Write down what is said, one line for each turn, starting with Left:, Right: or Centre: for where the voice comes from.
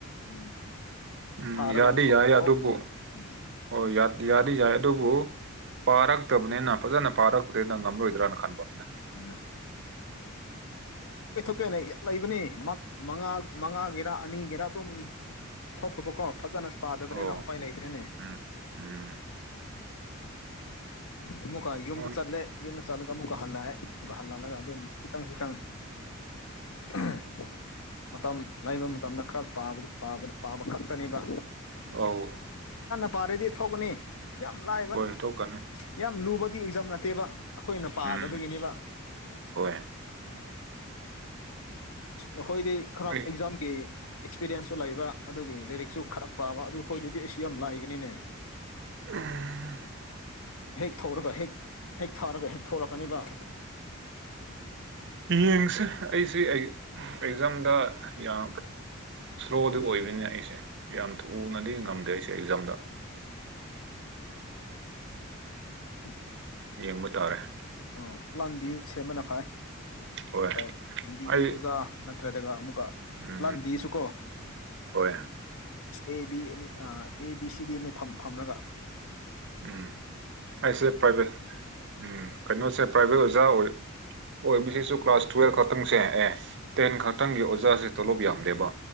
Left: ꯎꯝ
Right: ꯎꯝ
Left: ꯊꯥꯔꯒ
Right: ꯌꯥꯗꯤ
Left: ꯊꯣꯛ
Right: ꯌꯥꯏ
Left: ꯊꯣꯛ
Right: ꯑꯗꯨꯕꯨ
Left: ꯎꯝ ꯎꯝ
Right: ꯍꯣꯏ ꯌꯥ ꯌꯥꯗꯤ ꯌꯥꯏ ꯑꯗꯨꯕꯨ ꯄꯥꯔꯛꯇꯕꯅꯦꯅ ꯐꯖꯅ ꯄꯥꯔꯛꯄꯗꯦꯅ ꯉꯝꯂꯣꯏꯗ꯭ꯔꯅ ꯈꯟꯕ ꯑꯩꯅ
Left: ꯎꯝ ꯀꯌꯅ ꯌꯥ ꯂꯩꯕꯅꯦ ꯃꯛ ꯃꯉꯥ ꯃꯉꯥꯒꯤꯔ ꯑꯅꯤꯒꯤꯔꯥ ꯑꯗꯨꯝ ꯊꯣꯛꯇꯕꯨꯀꯣ ꯐꯖꯅ ꯄꯥꯗꯕꯅꯦꯅ
Right: ꯑꯣ
Left: ꯎꯄꯥꯏ ꯂꯩꯇ꯭ꯔꯦꯅꯦ
Right: ꯎꯝ ꯎꯝ
Left: ꯑꯃꯨꯀꯥ ꯌꯨꯝꯗ
Right: ꯍꯣꯟ
Left: ꯆꯜꯂꯦ ꯌꯨꯝꯗ ꯆꯜꯂꯒ ꯑꯃꯨꯀ ꯍꯜꯂꯑꯦ ꯑꯃꯨꯛꯀ ꯍꯜꯂꯜꯂꯒ ꯑꯗꯨꯝ ꯈꯤꯇꯪ ꯈꯤꯇꯪ ꯑꯥ ꯃꯇꯝ ꯂꯩꯕ ꯃꯇꯝꯗ ꯈꯔ ꯄꯥꯕꯗꯨ ꯄꯥꯕꯥ ꯄꯕꯥ ꯈꯛꯇꯅꯤꯕ
Right: ꯑꯥꯎ
Left: ꯄꯥꯔꯗꯤ ꯊꯣꯛꯀꯅꯤ ꯌꯥꯝ ꯂꯥꯏꯕ
Right: ꯍꯣꯏ ꯊꯣꯛꯀꯅꯤ
Left: ꯌꯥꯝ ꯂꯨꯕꯗꯤ ꯑꯦꯛꯖꯥꯝ ꯅꯠꯇꯦꯕ ꯑꯩꯈꯣꯏꯅ ꯄꯥꯗꯕꯒꯤꯅꯦꯕ
Right: ꯎꯝ ꯍꯣꯏ
Left: ꯅꯈꯣꯏꯗꯤ ꯈꯔ
Right: ꯑꯩ
Left: ꯑꯦꯛꯖꯥꯝꯒꯤ ꯑꯦꯛꯁꯄꯤꯔꯤꯑꯦꯟꯁꯁꯨ ꯂꯩꯕ ꯑꯗꯨꯒꯤ ꯂꯥꯏꯔꯤꯛꯁꯨ ꯈꯔ ꯄꯥꯕ ꯑꯗꯨ ꯈꯣꯏꯗꯗꯤ ꯑꯩꯁ ꯌꯥꯝ ꯂꯥꯏꯒꯅꯤꯅꯦ
Right: <unintelligible>
Left: ꯍꯦꯛ ꯊꯧꯔꯒ ꯍꯦꯛ ꯍꯦꯛ ꯊꯥꯔꯒ ꯍꯦꯛ ꯊꯧꯔꯛꯀꯅꯤꯕ
Right: ꯌꯦꯡꯁꯦ ꯑꯩꯁꯤ ꯑꯦ ꯑꯦꯛꯖꯥꯝꯗ ꯌꯥꯛ ꯁ꯭ꯂꯣꯗꯤ
Left: ꯎꯝ
Right: ꯑꯣꯏꯕꯅꯦ ꯑꯩꯁꯦ ꯌꯥꯝ ꯊꯨꯅꯗꯤ ꯉꯝꯗꯦ ꯑꯩꯁꯦ ꯑꯦꯛꯖꯥꯝꯗ
Left: <inaudible>
Right: ꯌꯦꯡꯕ ꯇꯥꯔꯦ
Left: ꯑꯣ ꯄ꯭ꯂꯥꯟ ꯕꯤ ꯁꯦꯝꯕꯅ ꯐꯥꯏ
Right: ꯍꯣꯏ
Left: ꯑꯃꯨꯛꯀ ꯍꯤꯟꯗꯤꯒꯤ
Right: ꯑꯩ
Left: ꯑꯣꯖꯥ ꯅꯠꯇ꯭ꯔꯗꯦꯒ ꯑꯃꯨꯛꯀ
Right: ꯎꯝ
Left: ꯄ꯭ꯂꯥꯟ ꯕꯤꯁꯨꯀꯣ
Right: ꯍꯣꯏ
Left: ꯑꯦ ꯕꯤ ꯑꯅꯤ ꯑꯥ ꯑꯦ ꯕꯤ ꯁꯤꯗꯤ ꯅꯣꯏ ꯊꯝ ꯊꯝꯔꯒ
Right: ꯎꯝ ꯑꯩꯁꯦ ꯄ꯭ꯔꯥꯏꯚꯦꯠ ꯎꯝ ꯀꯩꯅꯣꯁꯦ ꯄ꯭ꯔꯥꯏꯚꯦꯠ ꯑꯣꯔꯁꯨ ꯑꯣꯖꯥ ꯑꯣꯏꯕꯁꯤꯁꯨ ꯀ꯭ꯂꯥꯁ ꯇꯨꯌꯦꯜꯞ ꯈꯛꯇꯪꯁꯦ ꯑꯦ ꯇꯦꯟ ꯈꯛꯇꯪꯒꯤ ꯑꯣꯖꯥꯁꯦ ꯇꯣꯂꯣꯞ ꯌꯥꯝꯗꯦꯕ